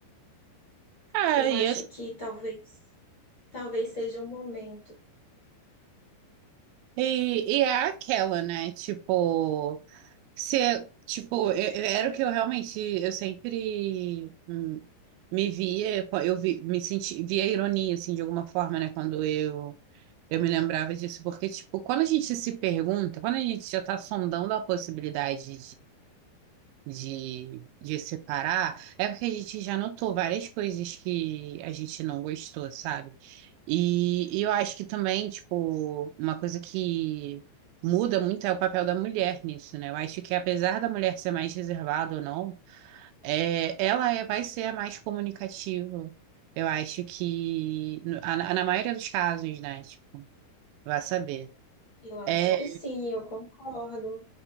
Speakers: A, on the right (about 85°); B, on the left (about 40°).
A: É,
B: Eu acho
A: e, esse-
B: que talvez, talvez seja um momento.
A: e, e é aquela, né? Tipo, se, tipo, eu- eu- era o que eu realmente, eu sempre hum, me via, eu vi- me senti, via ironia, assim, de alguma forma, né? Quando eu, eu me lembrava disso, porque, tipo, quando a gente se pergunta, quando a gente já tá sondando a possibilidade de, de separar, é porque a gente já notou várias coisas que a gente não gostou, sabe? E, e eu acho que também, tipo, uma coisa que muda muito é o papel da mulher nisso, né? Eu acho que apesar da mulher ser mais reservada ou não, é, ela é, vai ser a mais comunicativa. Eu acho que, no- a- na, na maioria dos casos, né? Tipo, vai saber.
B: Eu acho
A: É,
B: que sim, eu concordo.